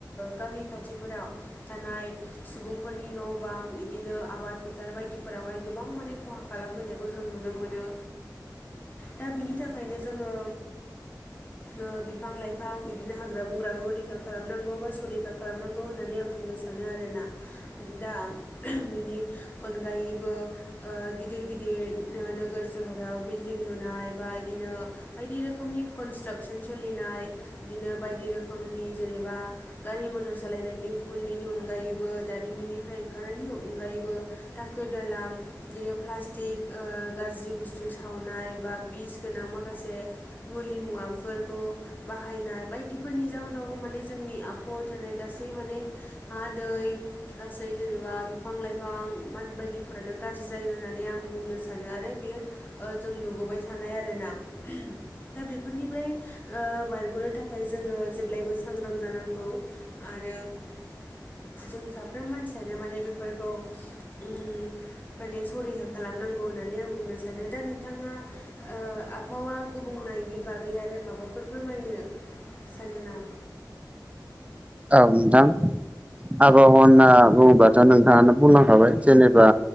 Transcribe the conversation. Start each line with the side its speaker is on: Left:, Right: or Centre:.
Left: गामि खाथि खाथिफोराव थानाय सुबुंफोरनि न' बां बिदिनो आबाद फोथार बायदिफोरावहाय गोबां माने खहा खालामफैनायखौ जों नुनो मोनो। दा बिनि थाखायनो जोंङो ओ बिफां लाइफां बिदिनो हाग्रा बंग्राखौ रैखा खालामनांगौ बा संरैखा खालामनांगौ होननानै आं बुंनो सानो। दा मोनो आरोना दा बेनि अनगायैबो ओ गिदिर गिदिर ओ नोगोर सोहोराव बिल्डिं लुनाय बा बिदिनो बायदि रोखोम रनि्रास सोलिनाय बिदिनो बायदि रोखनि जेनेबा गारि मथर सा हलायनायनि उखुन्दैनि अनगायैबो दारिमिननिफ्राय ओंखारनायनि अनगायैबो दाखोर दाला बिदि प्लास्टिक ओ गाज्रि बुस्थु सावनाय बा बिस गोनां माखासे मुलि मुवाफोरखौ बाहायनाय बायदिफोरनि जाहोनावबो माने जोंनि आखहायाव थानाय गासैबो माने हा दै गासै जेनेबा बिफां लाइफां बायदिफोरानो गाज्रि जायो होननानै आं बुंनो सानो आरो बेयो ओ जों नुबोबाय थानाय आरोना। दा बेफोरनिफ्राय ओ बारग'नो थाखाय जोंङो जेब्लायबो सांग्रां जानांगौ आरो आरो जों साफ्रोम मानसियानो माने बेफोरखौ उम माने सरिखा खालामनांगौ होननानै आं बुंनो सानो दा नोंथांङा ओ आबहावा गुबुं नि बागै आरो माबाफोर फोरमायनो सानो नामा?
Right: औ नोंथां। आबहावा होनना बुङोबाथ' नोंथांङानो बुंनांखाबाय जेनेबा